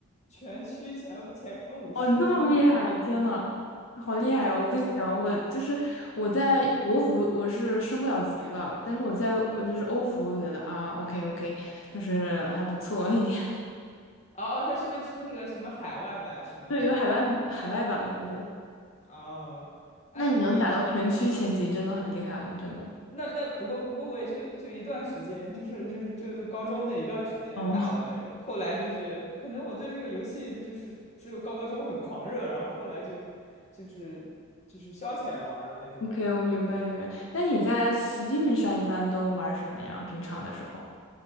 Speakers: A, on the left (about 30°); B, on the left (about 75°).
A: 全区前前五十什么的，
B: 哦，你这么厉害，天呐，好厉害哦！我不行，我就是我在国服我是升不了级的，但是我在我就是欧服，我觉得啊，OK OK，就是还不错一点。
A: 哦哦，他是不是出那个什么海外版什么什么？
B: 对，有海外海外版的，对。
A: 哦，哎，
B: 那你能打到全区前几，
A: 那你
B: 真的很厉害了，真的。
A: 那那不过不过我也就就一段时间，就是就是就是高中那一段时间打的那个，
B: 哦
A: 后来就是可能我对这个游戏就是只有高中很狂热，然后后来就就是就是消遣玩儿的那种吧。
B: <laughs>，OK，我明白明白。那你在 Steam 上一般都玩什么呀？平常的时候？